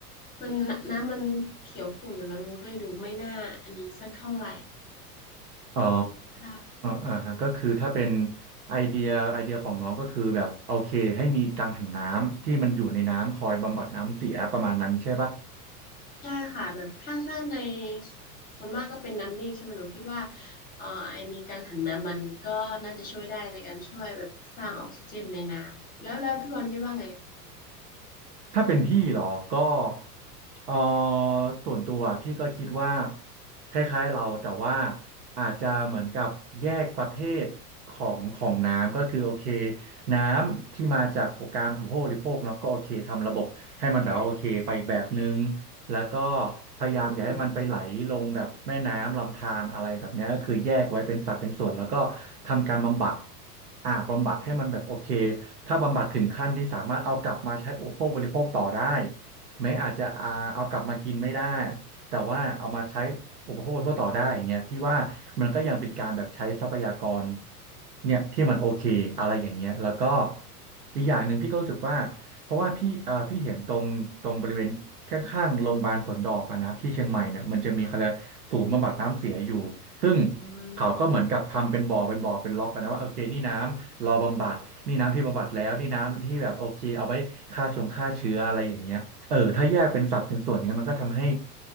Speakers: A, on the left; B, on the right.
A: มันน้ำมันเขียวขุ่นอยู่นะมันก็เลยดูไม่น่าอันนี้สักเท่าไหร่
B: อ๋อ
A: ค่ะ
B: อ่าฮะก็คือถ้าเป็นไอเดียไอเดียของน้องก็คือแบบโอเคให้มีกังหันน้ำที่มันอยู่ในน้ำคอยบำบัดน้ำเสียประมาณนั้นใช่ปะ
A: ใช่ค่ะแบบถ้าถ้าในส่วนมากก็เป็นน้ำนิ่งใช่ไหมหนูคิดว่าเอ่อไอมีกังหันน้ำมันก็น่าจะช่วยได้ในการช่วยแบบสร้างออกซิเจนในน้ำแล้วแล้วพี่บอลคิดว่าไง
B: ถ้าเป็นพี่เหรอก็เออส่วนตัวพี่ก็คิดว่าคล้ายๆเราแต่ว่าอาจจะเหมือนกับแยกประเภทของของน้ำก็คือโอเคน้ำที่มาจากการอุปโภคบริโภคเนาะก็โอเคทำระบบให้มันแบบว่าโอเคไปอีกแบบนึง แล้วก็พยายามอย่าให้มันไปไหลลงแบบแม่น้ำลำธารอะไรแบบเนี้ยก็คือแยกไว้เป็นสัดเป็นส่วนแล้วก็ทำการบำบัด
A: อืม
B: อ่าบำบัดให้มันแบบโอเค ถ้าบำบัดถึงขั้นที่สามารถเอากลับมาใช้อุปโภคบริโภคต่อได้แม้อาจจะอาเอากลับมากินไม่ได้แต่ว่าเอามาใช้อุปโภคบริโภคต่อได้อย่างเงี้ยพี่ว่ามันก็ยังเป็นการแบบใช้ทรัพยากรเนี่ยที่มันโอเคอะไรอย่างเงี้ยแล้วก็อีกอย่างหนึ่งพี่ก็รู้สึกว่าเพราะว่าพี่เอ่อพี่เห็นตรงตรงบริเวณข้างๆโรงพยาบาลสวนดอกอะนะที่เชียงใหม่เนี่ยมันจะมีเขาเรียกศูนย์บำบัดน้ำเสียอยู่ซึ่ง
A: ค่ะอื
B: เขาก็เหมือนกับทำเป็นบ่อเป็นบ่อเป็นล็อกกันนะว่าโอเคนี่น้ำรอบำบัดนี่น้ำที่บำบัดแล้วนี่น้ำที่แบบโอเคเอาไว้ฆ่าชงฆ่าเชื้ออะไรอย่างเงี้ยเออถ้าแยกเป็นสัดเป็นส่วนอย่างเงี้ยมันก็ทำให้
A: ม